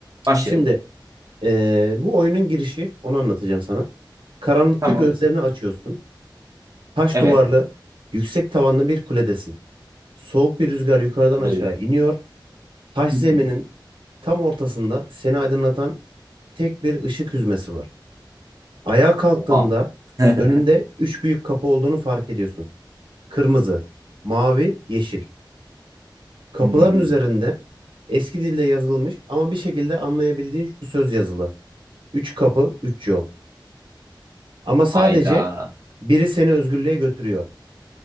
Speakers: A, on the right (about 45°); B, on the right (about 85°).
A: Başlayalım.
B: Şimdi e, bu oyunun girişi onu anlatacağım sana. Karanlıkta
A: Tamam.
B: gözlerini açıyorsun. Taş
A: Evet.
B: duvarlı, yüksek tavanlı bir kuledesin. Soğuk bir rüzgar yukarıdan aşağı
A: Lı.
B: iniyor. Taş
A: Hı
B: zeminin
A: hı.
B: tam ortasında seni aydınlatan tek bir ışık hüzmesi var. Ayağa kalktığında
A: Oha. <laughs>
B: önünde üç büyük kapı olduğunu fark ediyorsun. Kırmızı, mavi, yeşil. Kapıların
A: Hmm.
B: üzerinde eski dille yazılmış ama bir şekilde anlayabildiğin şu söz yazılı. Üç kapı, üç yol. Ama sadece
A: Ayda.
B: biri seni özgürlüğe götürüyor.